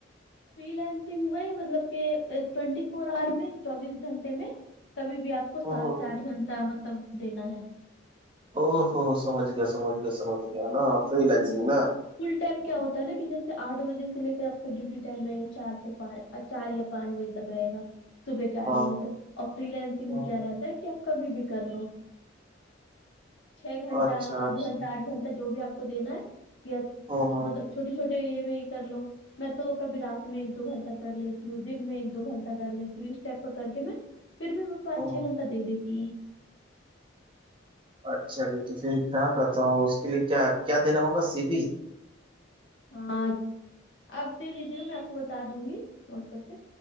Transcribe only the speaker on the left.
فری لینسنگ ہوا مطلب کہ ٹوینٹی فور آور میں چوبیس گھنٹے میں کبھی بھی آپ کو سات
سے آٹھ گھنٹہ مطلب دینا ہے
ہے
فل ٹائم کیا ہوتا ہے نا کہ جیسے آٹ بجے سے لے کر آ کا ڈیوٹی ٹائم رہے گا چار سے پانچ چار یا پانچ بجے تک رہے گا صبح کے آٹھ
بجے سے اور فری لینسنگ
میں کیا رہتا ہے کہ آپ کبھی بھی کر لو چھ گھنٹہ
سات
گھنٹہ آٹھ گھنٹہ جو بھی آپ کو دینا ہے یا
مطلب چھوٹے چھوٹے یہ بھی کر لو میں تو کبھی رات میں ایک دو گھنٹہ کر لیتی ہوں دن میں ایک دو گھنٹہ کر لیتی ہوں اسٹیپ کو کر کے میں پھر میں کو پانچ
چھ گھنٹہ دے دیتی ہوں
ہاں آپ دے لیجیے گا میں آپ کو بتا دوں گی واٹسپ پہ